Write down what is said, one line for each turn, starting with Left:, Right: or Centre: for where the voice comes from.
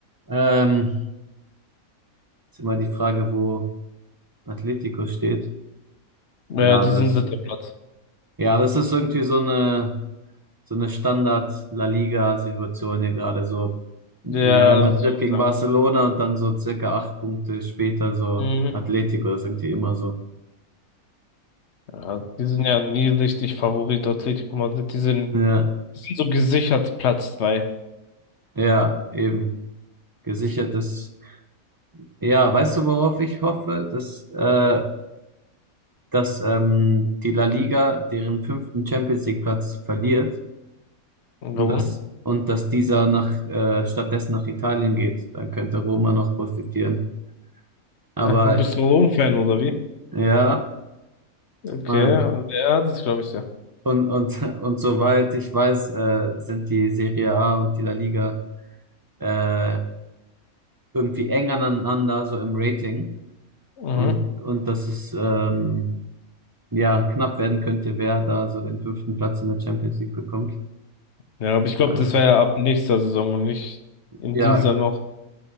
Right: ähm, ist immer die Frage, wo Atletico steht.
Left: Ja,
Right: Ja,
Left: die
Right: das,
Left: sind dritter Platz.
Right: ja, das ist irgendwie so eine, so eine Standard-La Liga-Situation hier gerade so.
Left: Ja,
Right: Real Madrid
Left: würde ich auch
Right: gegen
Left: sagen.
Right: Barcelona und dann so circa acht Punkte später so
Left: Mhm.
Right: Atletico, das ist irgendwie immer so.
Left: Ja, die sind ja nie richtig Favorit Atletico Madrid. Die sind,
Right: Ja,
Left: die sind so gesichert Platz zwei.
Right: ja, eben. Gesichertes. Ja, weißt du, worauf ich hoffe? Dass, äh, dass ähm, die La Liga deren fünften Champions League Platz verliert
Left: Und
Right: und
Left: Warum?
Right: dass, und dass dieser nach, äh, stattdessen nach Italien geht. Dann könnte Roma noch profitieren. Aber
Left: Ach, bist du Rom-Fan oder wie?
Right: ja,
Left: Okay,
Right: Mann.
Left: ja, das glaube ich ja.
Right: Und, und, und soweit ich weiß, äh, sind die Serie A und die La Liga äh, irgendwie eng aneinander, so im Rating.
Left: Mhm.
Right: Und, und das ist, ähm, ja knapp werden könnte, wer da so den fünften Platz in der Champions League bekommt.
Left: Ja, aber ich glaube,
Right: Äh,
Left: das wäre ja ab nächster Saison und nicht in
Right: ja,
Left: dieser noch.